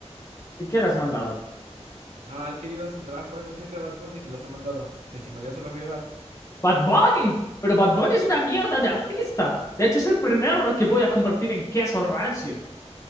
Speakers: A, on the left; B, on the right.
A: ¿Y quién has mandado?
B: Ah, él quería las entradas para el concierto de Bad Bunny y se las he mandado. Que si me ayuda se las voy a dar.
A: Bad Bunny. Pero Bad Bunny es una mierda de artista. De hecho, es el primero que voy a convertir en queso rancio.